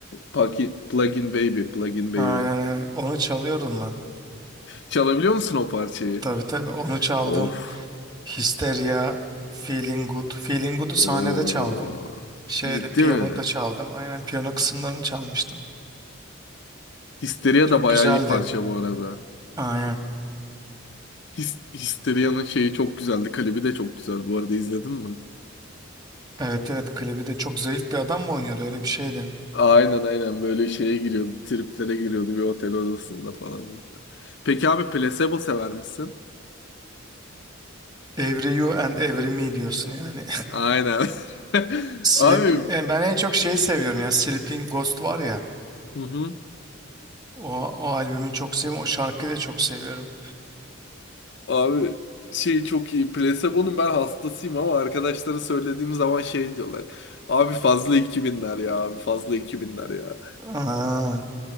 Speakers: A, on the left; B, on the right.
A: Paki- Plug in Baby. Plug in Baby.
B: aynen aynen. Onu çalıyordum ben.
A: Çalabiliyor musun o parçayı?
B: Tabii tabii onu çaldım.
A: Of.
B: Hysteria, Feeling Good. Feeling Good'u sahnede
A: Oo.
B: çaldım. Şeyde
A: Ciddi
B: piyanoda
A: mi?
B: çaldım. Aynen piyano kısımlarını çalmıştım.
A: Histeria
B: Çok
A: da bayağı
B: güzeldi.
A: iyi parça bu arada.
B: Aynen.
A: His Histeria'nın şeyi çok güzeldi. Klibi de çok güzel. Bu arada izledin mi?
B: Evet evet klibi de çok zayıf bir adam mı oynuyordu öyle bir şeydi.
A: Aynen aynen böyle şeye giriyordu, triplere giriyordu bir otel odasında falan. Peki abi placebo sever misin?
B: Every You and Every Me diyorsun yani.
A: Aynen. <laughs>
B: <laughs> Sleep,
A: Abi
B: e, ben en çok şeyi seviyorum ya Sleeping Ghost var ya.
A: Hı hı.
B: O, o albümü çok seviyorum. O şarkıyı da çok seviyorum.
A: Abi şey çok iyi. Placebo'nun ben hastasıyım ama arkadaşlara söylediğim zaman şey diyorlar. Abi fazla iki binler ya abi fazla iki binler ya.
B: Aa,